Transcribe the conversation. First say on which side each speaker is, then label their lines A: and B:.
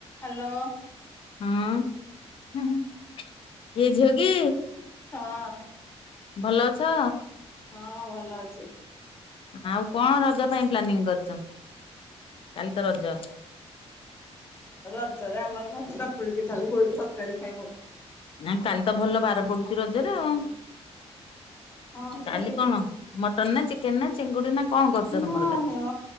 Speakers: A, on the left; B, on the left.
A: Hello.
B: ହଁ, ହୁଁ, ହୁଁ। ଇଏ ଝିଅ କି?
A: ହଁ।
B: ଭଲ ଅଛ?
A: ହଁ, ଭଲ ଅଛି।
B: ଆଉ, କଣ ରଜ ପାଇଁ ପ୍ଲାନିଂ କରିଛ? କାଲି ତ ରଜ।
A: ରଜରେ ଆମର ଘରେ ଚକୁଳି ପିଠା କୁ ବହୁତ ତରକାରୀ ଖାଇବୁ।
B: ନା, କାଲି ତ ଭଲ ବାର ପଡୁଛି ରଜରେ, ଆଉ
A: ହଁ
B: କାଲି
A: ସେଇ
B: କଣ ମଟନ, ନା ଚିକେନ, ନା ଚିଙ୍ଗୁଡି ନା କଣ କରୁଛ ତମର
A: ନାହିଁ
B: କାଲି?
A: ମ